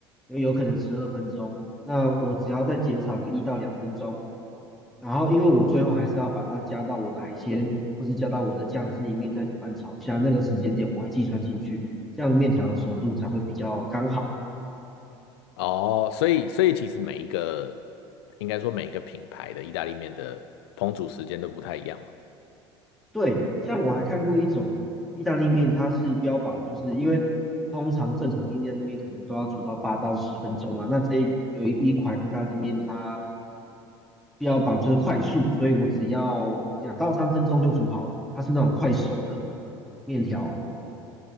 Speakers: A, in the centre; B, on the left.
A: 也有可能十二分钟。那我只要再减少个一到两分钟，然后因为我最后还是要把它加到我的海鲜或是加到我的酱汁里面再拌炒一下，那个时间点我会计算进去，这样面条的熟度才会比较刚好。
B: 哦，所以所以其实每一个应该说每一个品牌的意大利面的烹煮时间都不太一样嘛。
A: 对，像我还看过一种意大利面，它是标榜就是因为通常正常意大利面可能都要煮到八到十分钟啊，那这一有一款意大利面它标榜就是快速，所以我只要两到三分钟就煮好了，它是那种快手的面条。